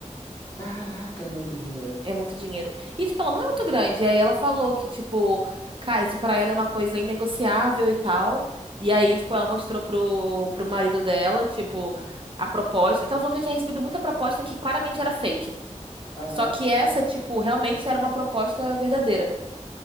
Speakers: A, on the left; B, on the right.
A: caraca, é muito dinheiro.
B: É muito dinheiro. E, tipo, ela não é muito grande. E aí ela falou que, tipo, cara, isso pra ela é uma coisa inegociável e tal. E aí, tipo, ela mostrou pro, pro marido dela, tipo, a proposta. Que ela falou que já tinha recebido muita proposta que claramente era fake.
A: Aham.
B: Só que essa, tipo, realmente era uma proposta verdadeira